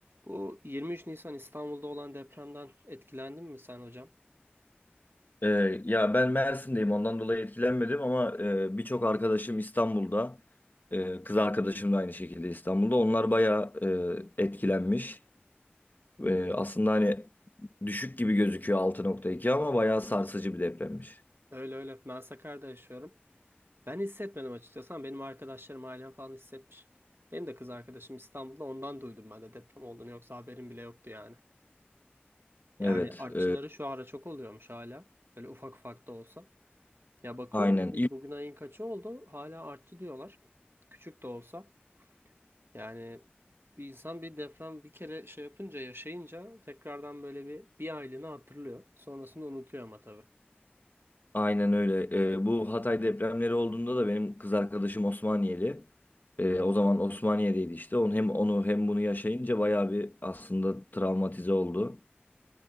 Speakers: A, on the right; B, on the left.
A: Bu 23 Nisan İstanbul'da olan depremden etkilendin mi sen hocam?
B: Ee, ya ben Mersin'deyim ondan dolayı etkilenmedim ama e, birçok arkadaşım İstanbul'da. Ee, kız arkadaşım da aynı şekilde İstanbul'da. Onlar bayağı e, etkilenmiş. Ee, aslında hani düşük gibi gözüküyor 6.2 ama bayağı sarsıcı bir depremmiş.
A: Öyle öyle. Ben Sakarya'da yaşıyorum. Ben hissetmedim açıkçası ama benim arkadaşlarım, ailem falan hissetmiş. Benim de kız arkadaşım İstanbul'da ondan duydum ben de deprem olduğunu. Yoksa haberim bile yoktu yani. Yani
B: Evet,
A: artçıları
B: e,
A: şu ara çok oluyormuş hala. Böyle ufak ufak da olsa. Ya bakıyorum
B: aynen
A: bugün,
B: ilk
A: bugün ayın kaçı oldu? Hala artçı diyorlar. Küçük de olsa. Yani bir insan bir deprem bir kere şey yapınca yaşayınca tekrardan böyle bir bir aylığını hatırlıyor. Sonrasında unutuyor ama tabii.
B: aynen öyle. E, bu Hatay depremleri olduğunda da benim kız arkadaşım Osmaniyeli. E, o zaman Osmaniye'deydi işte. Onu hem onu hem bunu yaşayınca bayağı bir aslında travmatize oldu.